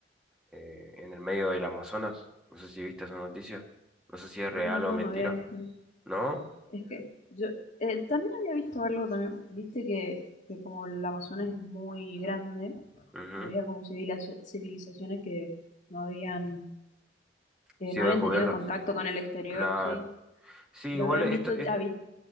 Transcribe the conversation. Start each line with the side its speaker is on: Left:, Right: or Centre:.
Centre: eh, en el medio del Amazonas. No sé si viste esa noticia. No sé si es real
Left: No, no, no,
Centre: o mentira.
Left: no había visto.
Centre: ¿No?
Left: Es que yo eh, también había visto algo también, viste que, que como el Amazonas es muy grande,
Centre: Ujú.
Left: había como civila- civilizaciones que no habían, que
Centre: Sido
Left: no habían
Centre: descubiertas.
Left: tenido contacto con el exterior,
Centre: Claro.
Left: sí,
Centre: Sí, igual
Left: y los habían
Centre: esto
Left: visto
Centre: es
Left: avi-